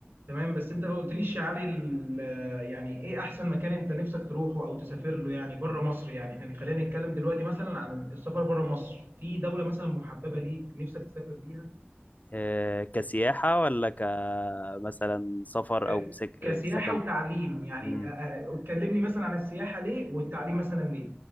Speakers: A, on the right; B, on the left.
A: تمام بس انت ما قلتليش يا علي ال- يعني ايه احسن مكان انت نفسك تروحه او تسافر له يعني بره مصر يعني احنا خلينا نتكلم دلوقتي مثلا عن السفر بره مصر في دولة مثلا محببة ليك نفسك تسافر بيها
B: آه، كسياحة ولا كمثلا سفر
A: آه،
B: أو سك...
A: كسياحة
B: آه، سكن
A: وتعليم يعني
B: مم.
A: آه، آه، اتكلمني مثلا عن السياحة ليه والتعليم مثلا ليه